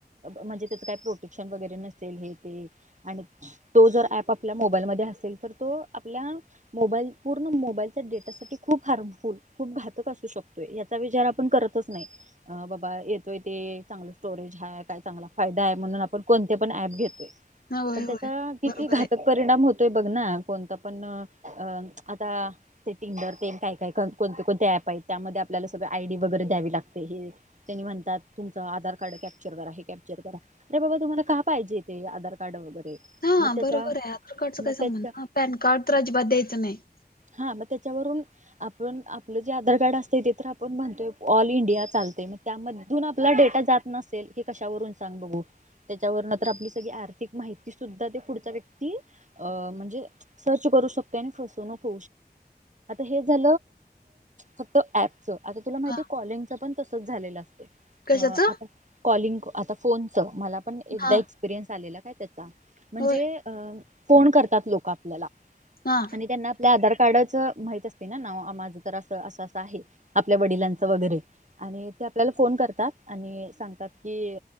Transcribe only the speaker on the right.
म्हणजे त्याचं काय प्रोटेक्शन वगैरे नसेल हे ते आणि तो जर ऍप आपल्या मोबाईलमध्ये असेल तर तो आपल्या मोबाईल पूर्ण मोबाईलच्या डेटासाठी खूप हार्मफुल खूप घातक असू शकतोय. या चां विचार आपण करतच नाय बाबा येतोय ते चांग स्टोरेज हाय काय चांगला फायदा हाय म्हणून आपण कोणते पण ऍप घेतोय.
पण
त्याचा किती
घातक
परिणाम होतोय बघ ना कोणता पण अ आता सेटिंगडर तेन काय काय कोणते कोणते ऍप आहेत त्यामध्ये आपल्याला सगळ आयडी वगैरे द्यावी लागते हे त्यांनी म्हणतात तुमचं आधार कार्ड कॅप्चर करा हे कॅप्चर करा अरे बाबा तुम्हाला का पाहिजे तेे आधार कार्ड वगैरे
मग त्याच्या
मग
त्याच्या
हा मग त्याच्यावरून आपण आपलं जे आधार कार्ड असते ते तर आपण म्हणतोय ऑल इंडिया चालतेय म त्यामधून आपला डेटा जात नसेल हे कशावरून सांग बघू त्याच्यावर नंत आपली सगळी आर्थिक माहिती सुद्धा ते पुढचा व्यक्ती अ म्हणजे सर्च करू शकते आणि फसवू नक हे झा फक् आ तुला माहि
कलंगण त झालेलं अस
आ कॉलिंग आता फोनच मला पण एकदा
एक परयस आलेला काय त्याचा म्हणजे
फोन करतात लोक आपल्याला
आणि त्यांना आपल्या आधार कार्डच माहित असते ना ना माझं तर असं असं असं आहे आपल्या वडिलांचं वगैरे आणि ते आपल्याला फोन करतात आणि सांगतात की